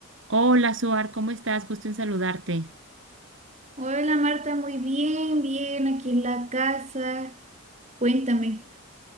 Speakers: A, on the right (about 55°); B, on the right (about 30°).
A: Hola, Suar, ¿cómo estás? Gusto en saludarte.
B: Hola Marta, muy bien, bien, aquí en la casa. Cuéntame.